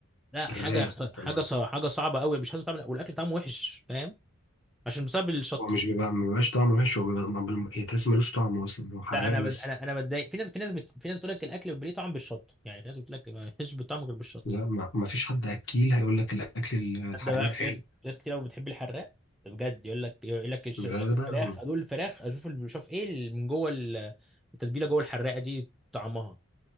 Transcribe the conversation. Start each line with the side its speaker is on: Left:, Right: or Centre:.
Centre: لا
Left: حراق
Centre: حاجه
Left: انت
Centre: حاجه
Left: ما-
Centre: ص- حاجه صعبه قوي مش عايز تعمل والاكل طعمه وحش فاهم عشان بسبب الشطه
Left: هو مش بيبقى ما بيبقاش طعمه وحش هو بيبقى ما بال- تحس ملوش طعم اصلا هو حراق
Centre: لا انا
Left: بس
Centre: بد- انا انا بتضايق في ناس في ناس بت... في ناس بتقول لك الاكل بيبقى ليه طعم بالشطه يعني في ناس بتقول لك ما فيش طعم غير بالشطه
Left: لا ما... ما فيش حد اكيل هيقول لك الاكل الحراق
Centre: ده بقى
Left: حلو
Centre: في ناس ناس كتير قوي بتحب الحراق بجد يقول لك يقول لك الش-
Left: ده,
Centre: يقول لك
Left: ده
Centre: الفراخ
Left: بقى
Centre: ادوق الفراخ اشوف ال- بشوف ايه اللي من جوه ال- التتبيله جوه الحراقه دي طعمها